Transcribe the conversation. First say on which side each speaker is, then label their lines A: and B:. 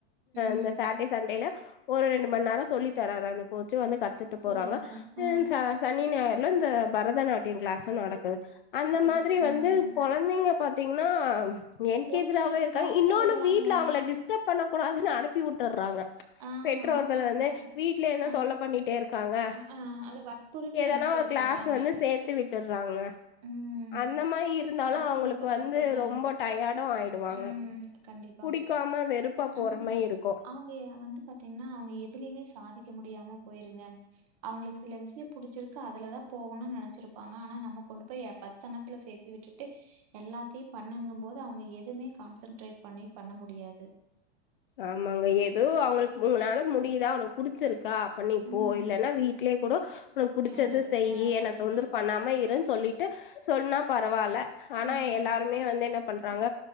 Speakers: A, on the right; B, on the left.
A: ம்
B: இந்த சேட்டர்டே சண்டேல ஒரு ரெண்டு மணி நேரம் சொல்லி தர்ராரு அவனுக்கு வந்து கத்துட்டு
A: சரிங்க
B: போறாங்க
A: ஆ
B: சனி ஞாயிறு இந்த பரதநாட்டியம் கிளாஸ்ம் நடக்குது அந்த
A: சரி
B: மாதிரி
A: ம்
B: வந்து குழந்தைங்க பாத்தீங்கன்னா என் கேஜராவவே
A: ஒண்ணு ரெண்டு
B: இருக்காங்க
A: கிளாஸ்ல
B: இன்னொன்னு
A: விடலாங்க
B: வீட்டுல அவங்கள டிஸ்டர்ப் பண்ணக்கூடாதுன்னு அனுப்பி விட்டுடுறாங்க
A: ஆ
B: பெற்றோர்கள்
A: ஆமாங்க
B: வந்து வீடலய இருந்தான்
A: ஆ
B: தொல்லை பண்ணிட்டே இருக்காங்க
A: அ ஆ அத வற்புறுத்தி
B: எதனா
A: அனுப்பிச்சு
B: ஒரு
A: வச்சர்றாங்க
B: கிளாஸ் வந்து சேர்த்து விட்டு விட்டுராங்க
A: ம்
B: அந்த மாதிரி இருந்தாலும்
A: அது
B: அவங்களுக்கு
A: ரொம்ப
B: வந்து
A: தப்புங்க
B: ரொம்ப டயர்டும் ஆயிடுவாங்க.
A: ம் கண்டிப்பா
B: புடிக்காம வெறுப்பா போற
A: ம்
B: மாரி இருக்கும்.
A: அவங்க வந்து பாத்தீங்னா அவங்க எதுலயுமே சாதிக்க முடியாம போயிருங்க. அவங்களுக்கு சில விஷயோ புடிச்சிருக்கு அதுலதா போகணுன்னு நெனைச்சிருப்பாங்க ஆனா நம்ம கொண்டு போய் ஏ பத்து அன்னத்துல சேத் தி விட்டுட்டு எல்லாத்தயு பண்ணுங்கும்போது அவங்க எதுமே கான்சன்ட்ரேட் பண்ணி பண்ண முடியாது.
B: ஆமாங்க எ தோ அவங்களுக் உங்கனால முடி யுதா உனக்கு புடிச்சிரு க்கா அப்ப நீ
A: ம்.
B: போ இல்லன்னா வீட்லயே கூடோ உனக்கு புடிச்சத
A: யாரு?
B: செய்யி
A: ஆ
B: என்ன
A: செய்யி.
B: தொந்தரவு பண்ணாம இருன்னு சொல்லிட்டு சொன்னா பரவால்ல.
A: ம்.
B: ஆனா எல்லாருமே வந்து என்ன பண்றாங்க